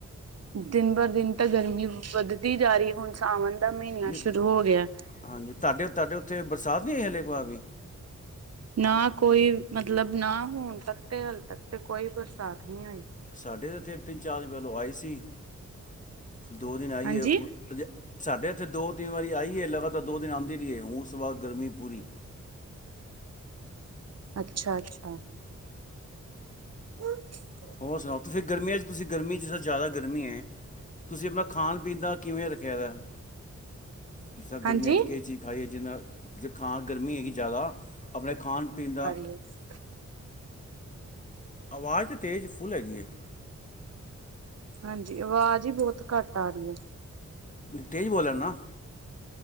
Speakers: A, on the right; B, on the left.
A: ਦਿਨ ਬਰ ਦਿਨ ਤਾਂ ਗਰਮੀ ਵੱਧਦੀ ਜਾ ਰੀ ਹੁਣ ਸਾਵਣ ਦਾ ਮੀਨਾ
B: ਨੀ-
A: ਸ਼ੁਰੂ ਹੋ ਗਿਆ।
B: ਹਾਂਜੀ ਤਾਡੇ-ਤਾਡੇ ਓਥੇ ਬਰਸਾਤ ਨੀ ਹੋਈ ਹਲੇ ਇੱਕ ਵਾਰ ਵੀ।
A: ਨਾ ਕੋਈ ਮਤਲਬ ਨਾ ਹੁਣ ਤੱਕ ਤੇ ਹਲੇ ਤੱਕ ਤੇ ਕੋਈ ਬਰਸਾਤ ਨਈ ਹੋਈ।
B: ਸਾਡੇ ਏਥੇ ਤਿੰਨ-ਚਾਰ ਦਿਨ ਪੈਲੋਂ ਆਈ ਸੀ ਦੋ ਦਿਨ ਆਈ
A: ਹਾਂਜੀ
B: ਏ ਓ ਅਜੇ ਸਾਡੇ ਏਥੇ ਦੋ-ਤਿੰਨ ਵਾਰੀ ਆਈ ਏ ਲਗਾਤਾਰ ਦੋ ਦਿਨ ਆਦੀ ਰਈ ਏ ਹੁਣ ਓ ਤੋ ਬਾਦ ਗਰਮੀ ਪੂਰੀ
A: ਅੱਛਾ-ਅੱਛਾ। <inaudible>
B: ਹੋਰ ਸੁਣਾਓ ਤੁਸੀ ਗਰਮੀਆ ਚ ਤੁਸੀਂ ਗਰਮੀ ਚ ਜਿਸ ਤਰਾ ਜਾਦਾ ਗਰਮੀ ਏ। ਤੁਸੀਂ ਅਪਣਾ ਖਾਣ-ਪੀਣ ਦਾ ਕਿਵੇਂ ਰੱਖਿਆ ਦਾ ਏ। ਜਿਸ ਤਰਾ
A: ਹਾਂਜੀ
B: ਗਰਮੀਆਂ ਚ ਕੀ ਚੀਜ਼ ਖਾਈਏ, ਜਿਰ ਨਾਲ ਖਾ ਗਰਮੀ ਹੈਗੀ ਜਾਦਾ ਅਪਣੇ ਖਾਣ-ਪੀਣ ਦਾ
A: ਏਸ
B: ਆਵਾਜ਼ ਤੇ ਤੇਜ਼ ਫੁੱਲ ਹੈਗੀਏ।
A: ਹਾਂਜੀ ਆਵਾਜ਼ ਈ ਬੋਤ ਘੱਟ ਆ ਰਈ ਐ।
B: ਤੇਜ ਬੋਲੇ ਲੇਨਾਂ ਆ,